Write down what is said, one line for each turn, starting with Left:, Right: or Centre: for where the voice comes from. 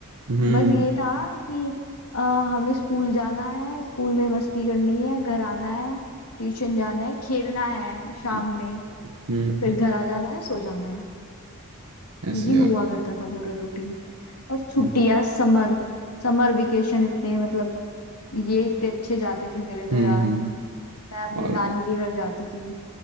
Right: हम्म
Left: बस ये था कि अ, हमें स्कूल जाना है स्कूल में मस्ती करनी है घर आना है ट्यूशन जाना है खेलना है शाम
Right: हम्म
Left: में
Right: हम्म,
Left: फिर घर आ जाना है सो जाना है
Right: ऐसे
Left: ये
Right: यार
Left: हुआ करता था पूरा रूटीन और छुट्टियां
Right: हम्म
Left: समर समर वेकेशन इतने मतलब ये इतने अच्छे जाते थे मेरे तो
Right: हम्म
Left: यार
Right: हम्म,
Left: मैं अपने
Right: और
Left: नानी के घर जाती थी